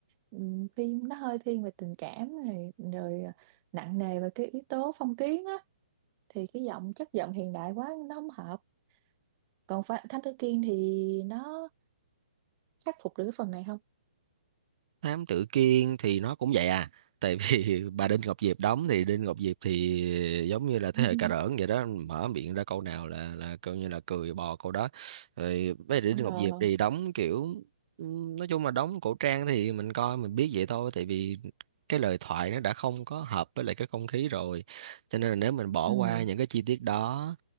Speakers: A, on the right (about 30°); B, on the right (about 45°).
A: ừm, phim nó hơi thiên về tình cảm này rồi à, nặng nề về cái yếu tố phong kiến á thì cái giọng chất giọng hiện đại quá nó không hợp còn Pha- Thám Tử Kiên thì nó khắc phục được cái phần này không
B: Thám tử Kiên thì nó cũng vậy à tại vì <laughs> bà Đinh Ngọc Diệp đóng thì Đinh Ngọc Diệp thì giống như là thế
A: <laughs>
B: hệ cà rỡn vậy đó mở miệng ra câu nào là là coi như là cười bò câu đó rồi với Đinh Ngọc
A: ờ
B: Diệp thì đóng kiểu ừm, nói chung là đóng cổ trang thì mình coi mình biết vậy thôi tại vì cái lời thoại nó đã không có hợp với lại cái không khí rồi cho nên là nếu mình bỏ
A: ừ.
B: qua những cái chi tiết đó